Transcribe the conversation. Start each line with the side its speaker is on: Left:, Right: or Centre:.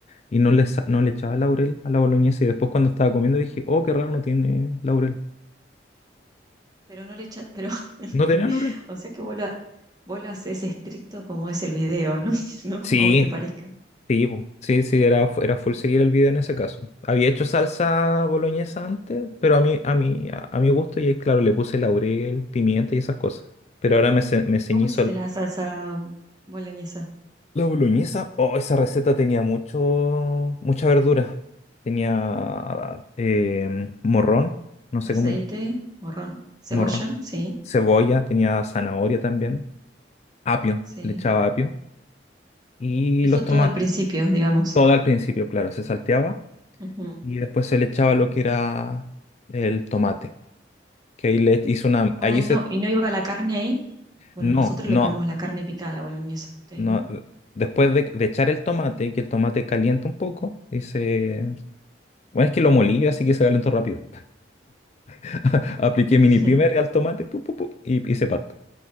Left: y no le, sa- no le echaba laurel a la boloñesa y después cuando estaba comiendo dije, oh, qué raro, no tiene laurel.
Right: Pero no le echa, pero, <laughs>
Left: ¿No tenía laurel?
Right: o sea que vos lo, ha- vos lo haces estricto como es el video, ¿no? <laughs> No como
Left: Sí,
Right: a vos te parezca.
Left: sí, po. sí, sí, era, fu- era full seguir el video en ese caso. Había hecho salsa boloñesa antes, pero a mí, a mí, a, a mi gusto y ahí, claro, le puse laurel, pimienta y esas cosas. Pero ahora me, ce- me
Right: ¿Y
Left: ceñí
Right: cómo hiciste la salsa boloñesa?
Left: La boloñesa, oh, esa receta tenía mucho, mucha verdura. Tenía eh, morrón, no sé
Right: Aceite,
Left: cómo le...
Right: morrón, cebolla,
Left: Morrón.
Right: sí,
Left: Cebolla, tenía zanahoria también. Apio,
Right: sí.
Left: le echaba apio. Y
Right: Eso
Left: los
Right: todo
Left: tomates.
Right: al principio, digamos.
Left: Todo al principio, claro, se salteaba.
Right: Ujú.
Left: Y después se le echaba lo que era el tomate. Que ahí le e, hizo una...
Right: Ay,
Left: Ahí se...
Right: no, ¿y no iba la carne ahí? Bueno,
Left: No,
Right: nosotros
Left: no,
Right: le ponemos la carne picada a la boloñesa, ustedes,
Left: no.
Right: ¿no?
Left: Después de, de echar el tomate, que el tomate calienta un poco, y se... Bueno, es que lo molí, así que se calentó rápido. <laughs> Apliqué
Right: <laughs>
Left: mini primer al tomate
Right: Sí.
Left: pu, pu, pu, y hice pasta.